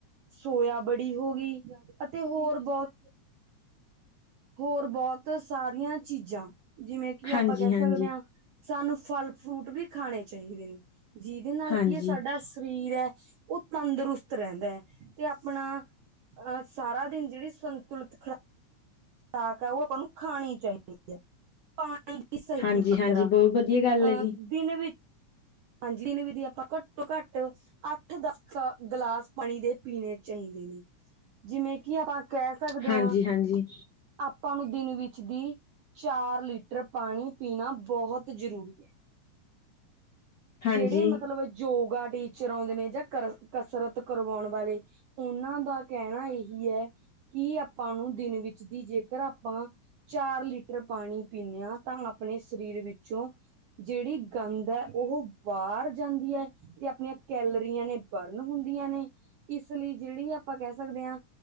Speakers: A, on the right; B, on the left.
A: ਸੋਇਆ ਵੜੀ ਹੋ ਗੀ ਅਤੇ ਹੋਰ ਬੋਤ ਹੋਰ ਬੋਤ ਸਾਰੀਆਂ ਚੀਜ਼ਾਂ ਜਿਵੇਂ ਕਿ
B: ਹਾਂਜੀ,
A: ਆਪਾਂ ਕੈ ਸਕਦੇ
B: ਹਾਂਜੀ।
A: ਆਂ, ਸਾਨੂੰ ਫਲ ਫਰੂਟ ਵੀ ਖਾਣੇ ਚਾਈਦੇ ਨੇਂ। ਜੀਦੇ ਨਾਲ
B: ਹਾਂਜੀ,
A: ਕੀ ਐ ਸਾਡਾ ਸਰੀਰ ਐ ਓ ਤੰਦਰੁਸਤ ਰੈਂਦਾ ਤੇ ਆਪਣਾ ਅਹ ਸਾਰਾ ਦਿਨ ਜੇੜੀ ਸੰਤੁਲਿਤ ਖਰਾ ਰਾਕ ਆ ਓ ਤੁਆਨੂੰ ਖਾਣੀ ਚਾਹੀਦੀ ਐ। ਪਾਣੀ ਦੀ ਸਹੀ
B: ਹਾਂਜੀ,
A: ਮਾਤਰਾ
B: ਹਾਂਜੀ
A: ਅਹ
B: ਬਹੁਤ ਵਧੀਆ ਗੱਲ ਹੈ ਜੀ।
A: ਦਿਨ ਵਿੱਚ ਹਾਂਜੀ, ਦਿਨ ਵਿਦੀ ਆਪਾਂ ਘੱਟੋ-ਘੱਟ ਅੱਠ-ਦਸ ਗਲਾਸ ਪਾਣੀ ਦੇ ਪੀਣੇ ਚਾਹੀਦੇ ਨੇ। ਜਿਵੇਂ ਕਿ ਆਪਾਂ ਕੈ ਸਕਦੇ
B: ਹਾਂਜੀ,
A: ਆਂ
B: ਹਾਂਜੀ।
A: ਆਪਾਂ ਨੂੰ ਦਿਨ ਵਿੱਚ ਦੀ ਚਾਰ ਲੀਟਰ ਪਾਣੀ ਪੀਣਾ ਬਹੁਤ ਜ਼ਰੂਰੀ।
B: ਹਾਂਜੀ।
A: ਜੇੜੇ ਮਤਲਬ ਯੋਗਾ ਟੀਚਰ ਆਉਂਦੇ ਨੇ ਜਾਂ ਕਰਸ ਕਸਰਤ ਕਰਵਾਉਣ ਵਾਲੇ ਓਨਾਂ ਦਾ ਕੈਣਾ ਏਹੀ ਐ ਕਿ ਆਪਾਂ ਦਿਨ ਵਿੱਚ ਦੀ ਜੇਕਰ ਆਪਾਂ ਚਾਰ ਲੀਟਰ ਪਾਣੀ ਪੀਣੇ ਆਂ ਤਾਂ ਆਪਣੇ ਸਰੀਰ ਵਿੱਚੋਂ ਜੇੜੀ ਗੰਦ ਐ ਉਹ ਬਾਰ ਜਾਂਦੀ ਐ ਤੇ ਆਪਣੀਆਂ ਕੈਲਰੀਆਂ ਨੇ ਬਰਨ ਹੁੰਦੀਆਂ ਨੇਂ। ਇਸ ਲਈ ਜੇੜੀ ਆਪਾਂ ਕੈ ਸਕਦੇ ਆਂ